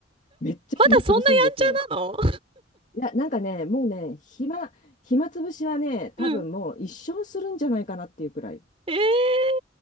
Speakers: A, on the left (about 45°); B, on the right (about 35°).
A: めっちゃ暇つぶすんですよ。
B: まだそんなやんちゃなの
A: いや、なんかね、もうね、暇、暇つぶしはね、
B: <laughs>
A: 多分もう一生するんじゃないかなっていうくらい。
B: うん。ええ